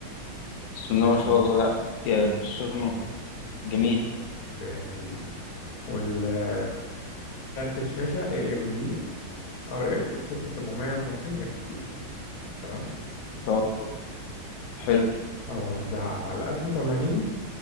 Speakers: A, on the left (about 75°); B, on the left (about 60°).
A: بسم الله ما شاء الله لا يا بروسيرنو جميل
B: ربنا يخليك ربنا يخليك والكارت الشاشه اي ام دي ار اكس 6750 اكس تي تمام
A: رائع. حلو
B: اه ده على 1080